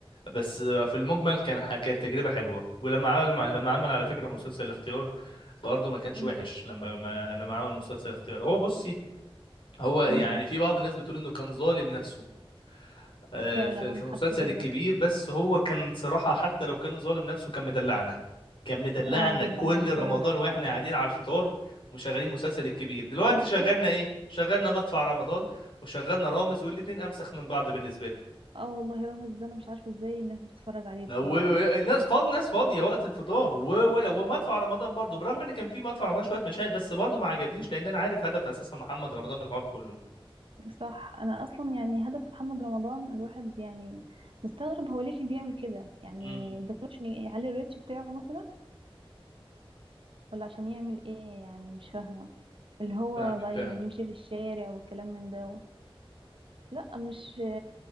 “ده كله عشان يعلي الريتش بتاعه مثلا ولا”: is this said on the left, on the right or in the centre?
Right